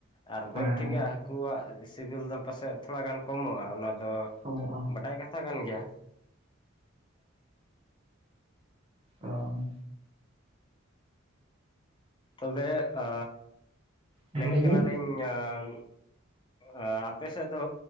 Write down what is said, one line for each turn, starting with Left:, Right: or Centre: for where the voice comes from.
Left: ᱟᱨ
Right: ᱦᱮᱸ
Left: ᱜᱚᱡ ᱴᱷᱤᱠᱟᱜ ᱦᱟᱹᱠᱩ ᱣᱟᱜ ᱤᱥ ᱥᱤᱵᱤᱞ ᱫᱚ ᱯᱟᱥᱮᱜ ᱛᱷᱚᱲᱟ ᱜᱟᱱ ᱠᱚᱢᱚᱜ-ᱟ ᱾ ᱚᱱᱟ ᱫᱚ
Right: ᱠᱚᱢᱚᱜ-ᱟ ᱾
Left: ᱵᱟᱰᱟᱭ ᱠᱟᱛᱷᱟ ᱠᱟᱱ ᱜᱮᱭᱟ ᱾
Right: ᱚᱸᱻ ᱾
Left: ᱛᱚᱵᱮ ᱟᱻ,
Right: ᱦᱮᱸ
Left: ᱢᱮᱱᱮᱜ
Right: ᱞᱟᱹᱭ
Left: ᱠᱟᱱᱟ
Right: ᱵᱮᱱ
Left: ᱞᱤᱧ ᱟᱸᱻᱼᱼ ᱟᱻ ᱟᱯᱮ ᱥᱮᱜ ᱫᱚ